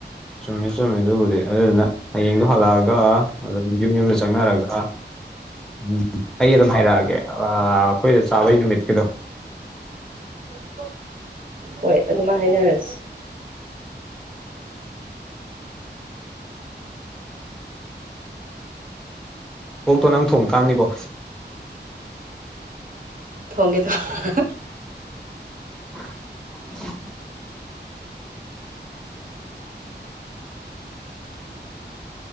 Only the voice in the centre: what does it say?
ꯆꯨꯝꯃꯦ ꯆꯨꯝꯃꯦ ꯑꯗꯨꯕꯨꯗꯤ ꯑꯗꯨꯗꯨꯅ ꯍꯌꯦꯡꯗꯣ ꯍꯜꯂꯛꯑꯒ ꯑꯗꯨꯝ ꯌꯨꯝ ꯌꯨꯝꯗ ꯆꯪꯅꯔꯒ ꯎꯝ ꯑꯩ ꯑꯗꯨꯝ ꯍꯥꯏꯔꯛꯑꯒꯦ ꯑꯩꯈꯣꯏꯗ ꯆꯥꯕꯩ ꯅꯨꯃꯤꯠꯀꯤꯗꯣ
ꯑꯣꯛꯇꯣ ꯅꯪ ꯊꯣꯡ ꯇꯥꯕꯅꯤꯀꯣ
<inaudible>